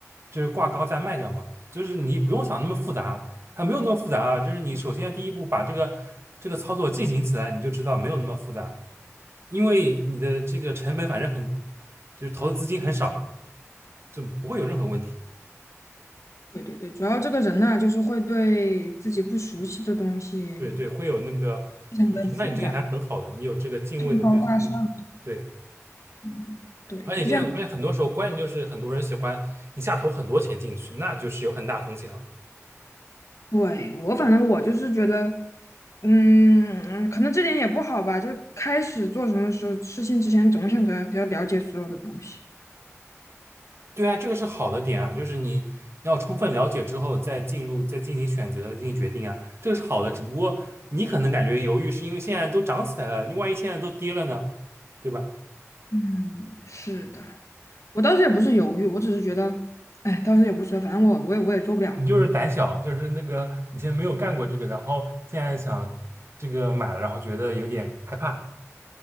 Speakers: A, on the right (about 55°); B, on the left (about 70°).
A: 就是挂高价卖掉嘛，就是你不用想那么复杂，它没有那么复杂啊。就是你首先第一步把这个这个操作进行起来，你就知道没有那么复杂，因为你的这个成本反正很，就是投资资金很少，就不会有任何问题。
B: 对对对，主要这个人呐、就是会对自己不熟悉的东西
A: 对对，会有那个，
B: 非常的复杂，
A: 就是那你这个还很好的，你有这个敬畏的这个心理，
B: 上纲大上。
A: 对，
B: 嗯，对，
A: 而且现在，
B: 就像。
A: 而且很多时候关键就是很多人喜欢一下投很多钱进去，那就是有很大风险了。
B: 对，我反正我就是觉得，嗯，嗯可能这点也不好吧。就开始做什么事事情之前，总想着要了解所有的东西。
A: 对啊，这个是好的点啊，就是你要充分了解之后再进入，再进行选择、进行决定啊，这个是好的。只不过你可能感觉犹豫，是因为现在都涨起来了，你万一现在都跌了呢，对吧？
B: 嗯，是的，我当时也不是犹豫，我只是觉得，哎，当时也不所谓反正我我也我也做不了。
A: 你就是胆小，就是那个以前没有干过这个，然后现在想这个买了，然后觉得有点害怕。